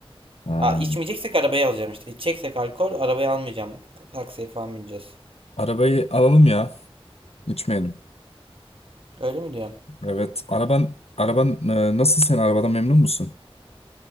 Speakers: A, on the left; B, on the right.
A: ha.
B: Aa, içmeyeceksek arabayı alacağım işte. İçeceksek alkol arabayı almayacağım. Taksiye falan bineceğiz.
A: Arabayı alalım ya, içmeyelim.
B: Öyle mi diyorsun?
A: Evet, araban, araban e, nasıl sen arabadan memnun musun?